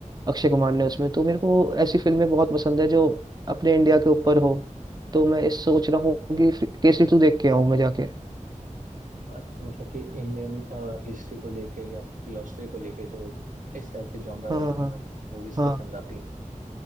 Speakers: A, on the right; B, on the right.
A: अक्षय कुमार ने उसमें तो मेरे को ऐसी फिल्में बहुत पसंद है जो अपने इंडिया के ऊपर हो तो मैं इस सोच रहा हूँ कि केसरी टू देख के आऊँ मैं जाके
B: अच्छा मतलब कि इंडियन हिस्ट्री को लेके या फिर फिलोसफी को लेके जो इस टाइप के जॉनरा
A: हाँ
B: वाली तुम्हें
A: हाँ
B: मूवीज
A: हाँ
B: पसंद आती हैं